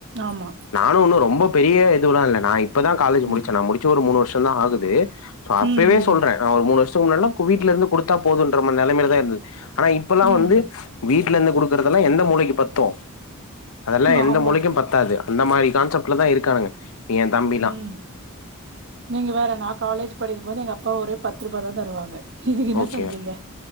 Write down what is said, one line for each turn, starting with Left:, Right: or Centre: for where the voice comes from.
Right: ஆமா
Left: நானும் ஒன்னும் ரொம்ப பெரிய இதுவுல்லா இல்ல நா இப்பதா காலேஜ் முடிச்சே
Right: ம்
Left: நா முடிச்சி ஒரு மூணு வருஷம் தா ஆகுது சோ அப்பவே
Right: ம் ம்
Left: சொல்ற நான் ஒரு மூணு வருஷத்துக்கு முன்னாடில்லா வீட்ல இருந்து குடுத்தா போதுன்ற மாரி நெலமையில தா இருந்தது ஆனா இப்பல்லா
Right: ம்
Left: வந்து வீட்ல இருந்து குடுக்கறதெல்லா எந்த மூளைக்கு பத்தோ அதெல்லா எந்த
Right: ஆமா
Left: மூலைக்கு பத்தாது அந்த மாரி கான்செப்ட்ல தா இருக்கானுங்க என் தம்பிலாம்.
Right: ம் நீங்க வேற நா காலேஜ் படிக்கும் போது எங்க அப்பா ஒரே பத்து ரூபா தா தருவாங்க நீங்க என்ன
Left: ஓகே.
Right: சொல்றீங்க